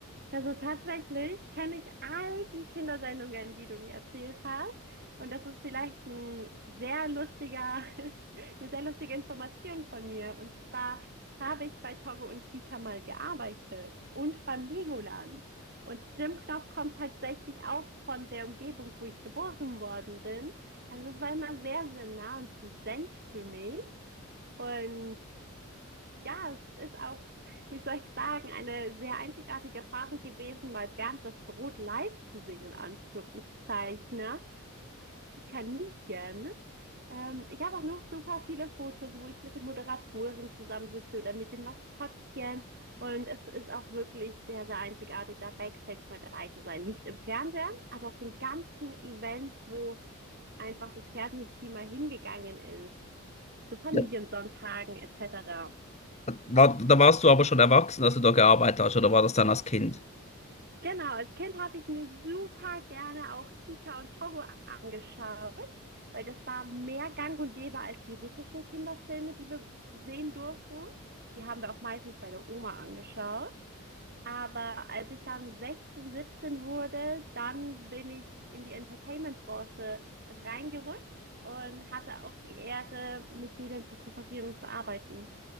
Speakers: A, on the right; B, on the left.
A: Also tatsächlich kenne ich all die Kindersendungen, die du mir erzählt hast. Und das ist vielleicht ein sehr lustiger, <laughs> eine sehr lustige Information von mir. Und zwar habe ich bei Togo und Kika mal gearbeitet und beim Legoland. Und Jim Knopf kommt tatsächlich auch von der Umgebung, wo ich geboren worden bin. Also es war immer sehr, sehr nah und präsent für mich. Und ja, es ist auch, wie soll ich sagen, eine sehr einzigartige Erfahrung gewesen, mal Bernd das Brot live zu sehen, in Anführungszeichen, ne? Die Kaninchen. Ähm, ich habe auch noch super viele Fotos, wo ich mit den Moderatoren zusammensitze oder mit den Maskottchen. Und es ist auch wirklich sehr, sehr einzigartig, da Backstage mal dabei zu sein. Nicht im Fernsehen, aber auf den ganzen Events, wo einfach das Fernsehteam mal hingegangen ist, zu Familiensonntagen
B: Ja.
A: etc.
B: War, da warst du aber schon erwachsen, als du da gearbeitet hast, oder war das dann als Kind?
A: Genau, als Kind habe ich mir super gerne auch Kika und Togo angeschaut, weil das war mehr Gang und Gäbe als die russischen Kinderfilme, die wir sehen durften. Die haben wir auch meistens bei der Oma angeschaut. Aber als ich dann 16, 17 wurde, dann bin ich in die Entertainment-Branche reingerutscht und hatte auch die Ehre, mit denen zu kooperieren und zu arbeiten.